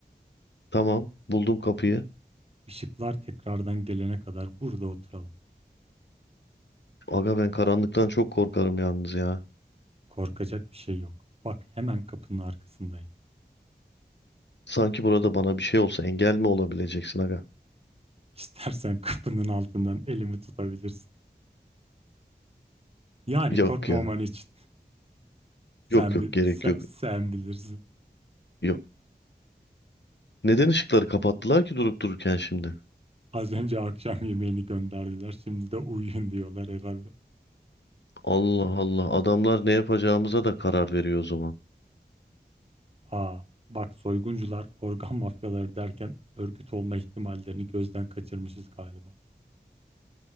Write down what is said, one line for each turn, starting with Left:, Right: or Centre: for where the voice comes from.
Left: Tamam buldum kapıyı.
Right: Işıklar tekrardan gelene kadar burada oturalım.
Left: Aga ben karanlıktan çok korkarım yalnız ya.
Right: Korkacak bir şey yok. Bak hemen kapının arkasındayım.
Left: Sanki burada bana bir şey olsa engel mi olabileceksin aga?
Right: İstersen <laughs> kapının altından elimi tutabilirsin. Yani
Left: Yok
Right: korkmaman
Left: ya.
Right: için. Sen,
Left: Yok yok
Right: bil-
Left: gerek
Right: sen,
Left: yok.
Right: sen bilirsin.
Left: Yok. Neden ışıkları kapattılar ki durup dururken şimdi?
Right: Az önce akşam yemeğini gönderdiler. Şimdi de uyuyun diyorlar herhalde.
Left: Allah Allah adamlar ne yapacağımıza da karar veriyor o zaman.
Right: Aa, bak soyguncular organ mafyaları derken örgüt olma ihtimallerini gözden kaçırmışız galiba.